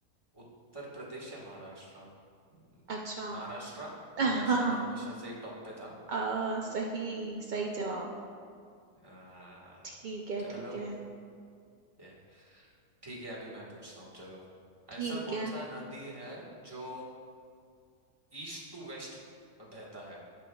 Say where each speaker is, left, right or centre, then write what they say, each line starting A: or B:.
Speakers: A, on the right (about 15°); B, on the right (about 55°).
A: उत्तर प्रदेश या महाराष्ट्र हम्म,
B: अच्छा
A: महाराष्ट्र
B: <laughs>
A: महाराष्ट्र तो हमेशा से टॉप पे था
B: आ, सही सही जवाब
A: आ,
B: ठीक है
A: चलो
B: ठीक है
A: ये ठीक है अभी मैं पूछता हूँ चलो
B: ठीक
A: ऐसा कौन
B: है
A: सा नदी है जो ईस्ट टू वेस्ट बहता है